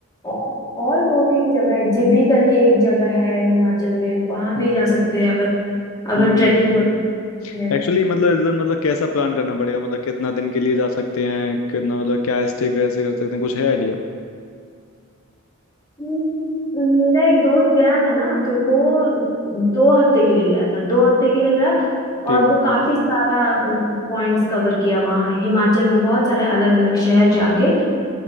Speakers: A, on the left; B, on the left.
A: और और दो तीन जगह है जिभी करके एक जगह है हिमाचल में वहां भी
B: हम्म
A: जा सकते हैं अगर अगर
B: हम्म।
A: ट्रैकिंग वगैरह है
B: एक्चुअली मतलब इधर मतलब कैसा प्लान करना पड़ेगा मतलब कितना दिन के लिए जा सकते हैं कितना मतलब क्या स्टे कैसे कर सकते हैं कुछ है आइडिया
A: हम्म, मेरा एक दोस्त गया था ना तो वो दो हफ्ते के लिए गया था दो हफ्ते के लिए गया
B: ठीक
A: और
B: है
A: वो काफी सारा पॉइंट्स कवर किया वहाँ हिमाचल में बहुत सारे अलग अलग शहर जाके